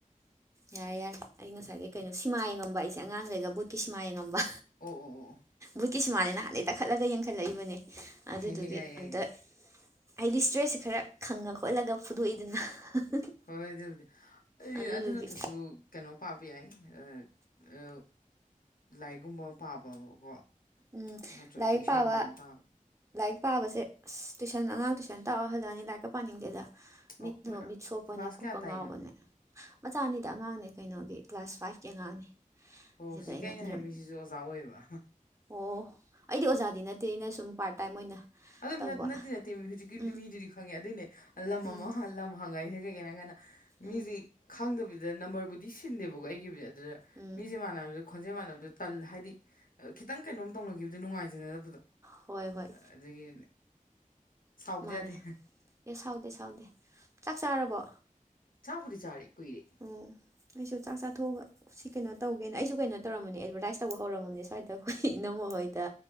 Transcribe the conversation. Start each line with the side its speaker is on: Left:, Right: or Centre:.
Right: ꯌꯥꯔꯦ ꯌꯥꯔꯦ ꯑꯩ ꯉꯁꯥꯏꯒꯩ ꯀꯩꯅꯣ ꯁꯤꯃꯥ ꯌꯦꯡꯉꯝꯕ ꯑꯩꯁꯦ ꯑꯉꯥꯡꯒꯩꯒ ꯕꯨꯠꯀꯤ ꯁꯤꯃꯥ ꯌꯦꯡꯉꯝꯕ꯫
Left: ꯑꯣ ꯑꯣ ꯑꯣ꯫
Right: ꯕꯨꯠꯀꯤ ꯁꯨꯃꯥꯟꯅꯦ ꯅꯍꯥꯟꯗꯩ ꯇꯛꯈꯠꯂꯒ ꯌꯦꯡꯈꯠꯂꯛꯏꯕꯅꯦ ꯑꯗꯨꯗꯨꯒꯤ
Left: ꯍꯦ ꯍꯦ ꯌꯥꯏ ꯌꯥꯏ
Right: ꯑꯝꯇ
Left: ꯌꯥꯏ
Right: ꯍꯥꯏꯗꯤ ꯏꯁꯇ꯭ꯔꯦꯁꯁꯦ ꯈꯔ ꯈꯪꯉ ꯈꯣꯠꯂꯒ ꯐꯨꯗꯣꯛꯏꯗꯅ꯫
Left: ꯍꯣꯏ ꯑꯗꯨꯕꯨꯗꯤ ꯑꯩ
Right: ꯑꯗꯨꯗꯨꯒꯤ
Left: ꯑꯗꯨ ꯅꯠꯇ꯭ꯔꯁꯨ ꯀꯩꯅꯣ ꯄꯥꯕ ꯌꯥꯏ ꯑ ꯑ ꯂꯥꯏꯔꯤꯛꯒꯨꯝꯕ ꯑꯃ ꯄꯥꯕꯀꯣ
Right: ꯎꯝ
Left: ꯅꯠꯇ꯭ꯔꯒꯅ
Right: ꯂꯥꯏꯔꯤꯛ
Left: ꯏꯁꯩꯒꯨꯝꯕ
Right: ꯄꯥꯕ
Left: ꯑꯃ ꯇꯥꯕ
Right: ꯂꯥꯏꯔꯤꯛ ꯄꯥꯕꯁꯦ ꯑꯁ ꯇꯨꯏꯁꯟ ꯑꯉꯥꯡ ꯇꯨꯏꯁꯟ ꯇꯥꯔ ꯍꯜꯂꯛꯑꯅꯤ ꯂꯥꯏꯔꯤꯛꯀ ꯄꯥꯅꯤꯡꯗꯦꯗ꯫
Left: ꯑꯣ
Right: ꯃꯤꯠꯅ ꯃꯤꯠ ꯁꯣꯛꯄꯅꯦ
Left: ꯀ꯭ꯂꯥꯁ
Right: ꯀꯣꯛꯀ
Left: ꯀꯌꯥ ꯇꯥꯛꯏꯅꯣ
Right: ꯉꯥꯎꯕꯅꯦ꯫ ꯃꯆꯥꯅꯤꯗꯤ ꯑꯉꯥꯡꯅꯦ ꯀꯩꯅꯣꯒꯤ ꯀ꯭ꯂꯥꯁ ꯐꯥꯏꯚꯀꯤ ꯑꯉꯥꯡꯅꯦ꯫
Left: ꯑꯣ
Right: ꯑꯁꯤꯗ
Left: ꯍꯧꯖꯤꯛꯀꯤ ꯑꯩꯅ
Right: ꯅꯤꯔꯝ
Left: ꯍꯥꯏ ꯃꯤꯁꯤꯁꯨ ꯑꯣꯖꯥ ꯑꯣꯏꯌꯦꯕ꯫
Right: ꯑꯣ ꯑꯩꯗꯤ ꯑꯣꯖꯥꯗꯤ ꯅꯠꯇꯦ ꯑꯩꯅ ꯁꯨꯝ ꯄꯥꯔꯠ ꯇꯥꯏꯝ ꯑꯣꯏꯅ
Left: ꯑꯗꯨꯝ
Right: ꯇꯧꯕ
Left: ꯅꯠꯇꯦ ꯅꯠꯇꯦ ꯍꯧꯖꯤꯛꯀꯤꯗꯨꯗꯤ
Right: ꯎꯝ
Left: ꯃꯤꯗꯨꯗꯤ ꯈꯪꯉꯦ ꯑꯗꯨꯏꯅꯦ ꯂꯝ
Right: ꯎꯝ
Left: ꯑꯃ ꯍꯡ ꯂꯝ ꯍꯪꯉꯏꯁꯦ ꯀꯩꯒꯤꯅꯣ ꯍꯥꯏ ꯀꯥꯟꯗ
Right: ꯎꯝ
Left: ꯃꯤꯖꯤ ꯈꯪꯗꯕꯤꯗ ꯅꯝꯕꯔꯕꯨꯗꯤ ꯁꯤꯟꯗꯦꯕꯀꯣ ꯑꯩꯒꯤꯕꯨꯗꯤ ꯑꯗꯨꯗ
Right: ꯎꯝ
Left: ꯃꯤꯖꯦ ꯃꯥꯟꯅꯕꯗ ꯈꯣꯟꯖꯦꯜ ꯃꯥꯟꯅꯕꯗꯣ ꯇꯟ ꯍꯥꯏꯗꯤ ꯈꯤꯇꯪ ꯀꯩꯅꯣꯝ ꯇꯧꯅꯒꯤꯕꯗꯣ ꯅꯨꯡꯉꯥꯏꯖꯅꯗꯕꯗꯣ
Right: ꯍꯣꯏ ꯍꯣꯏ
Left: ꯑꯗꯨꯒꯤ ꯁꯥꯎꯕꯗꯤ
Right: ꯃꯥꯅꯦ
Left: ꯌꯥꯗꯦ꯫
Right: ꯑꯦ ꯁꯥꯎꯗꯦ ꯁꯥꯎꯗꯦ ꯆꯥꯛ ꯆꯥꯔꯕꯣ꯫
Left: ꯆꯥꯛꯄꯨꯗꯤ ꯆꯥꯔꯦ ꯀꯨꯏꯔꯦ꯫
Right: ꯎꯝ ꯑꯩꯁꯨ ꯆꯥꯛ ꯆꯥꯊꯣꯛꯑꯒ ꯁꯤ ꯀꯩꯅꯣ ꯇꯧꯒꯦꯅ ꯑꯩꯁꯨ ꯀꯩꯅꯣ ꯇꯧꯔꯝꯕꯅꯦ ꯑꯦꯗꯕꯔꯇꯥꯏꯁ ꯇꯧꯕ ꯍꯧꯔꯝꯃꯕꯅꯦ ꯁ꯭ꯋꯥꯏꯗ ꯑꯩꯈꯣꯏ ꯏꯅꯝꯃ ꯍꯣꯏꯗ꯫